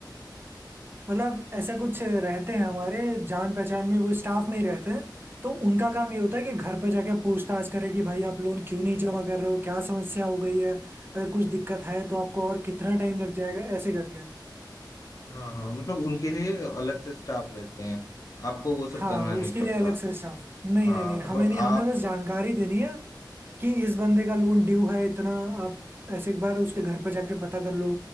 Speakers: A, on the right; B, on the left.
A: मतलब ऐसा कुछ रहते हैं हमारे जान पहचान में वो स्टाफ में ही रहते हैं तो उनका काम ये होता है कि घर पे जाके पूछताछ करें कि भाई आप लोन क्यों नहीं जमा कर रहे हो क्या समस्या हो गई है अगर कुछ दिक्कत है तो आपको और कितना टाइम लग जाएगा ऐसे करके
B: हाँ हाँ मतलब उनके लिए अलग से स्टाफ रहते हैं आपको वो सब
A: हाँ
B: करना नहीं
A: उसके
B: पड़ता
A: लिए अलग से स्टाफ नहीं
B: हाँ
A: नहीं नहीं हमें
B: मतलब
A: नहीं
B: आप
A: हमें बस जानकारी देनी है कि इस बंदे का लोन ड्यू है इतना आप ऐसे एक बार उसके घर पे जाके पता कर लो